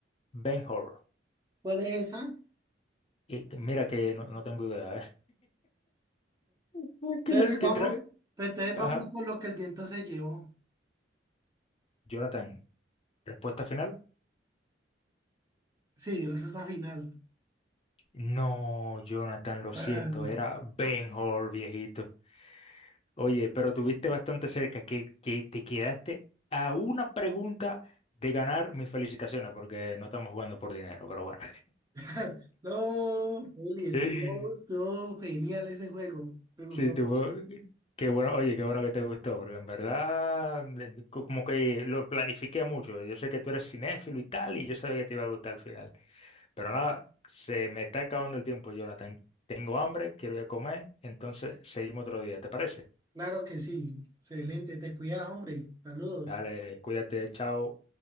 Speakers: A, on the left; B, on the right.
A: Ben-Hur.
B: ¿Cuál es esa?
A: Y mira que no, no tengo idea, ¿eh? <laughs> ¿Qué
B: Entonces
A: es lo que
B: vamos,
A: trae?
B: entonces vamos
A: Ajá.
B: con lo que el viento se llevó.
A: Jonathan, respuesta final.
B: Sí, respuesta final.
A: No, Jonathan, lo
B: Ay,
A: siento, era Ben-Hur, viejito. Oye, pero tuviste bastante cerca, que, que te quedaste a una pregunta de ganar mis felicitaciones, porque no estamos jugando por dinero, pero bueno.
B: <laughs> No, Eli, estuvo,
A: <laughs>
B: estuvo genial ese juego. Me gustó
A: Sí, tuvo...
B: mucho.
A: Qué bueno, oye, qué bueno que te gustó, porque en verdad eh, co- como que lo planifiqué mucho. Yo sé que tú eres cinéfilo y tal, y yo sabía que te iba a gustar al final. Pero nada, se me está acabando el tiempo, Jonathan. Tengo hambre, quiero ir a comer, entonces seguimos otro día, ¿te parece?
B: Claro que sí. Excelente. Te cuidas, hombre. Saludos.
A: Dale, cuídate, chao.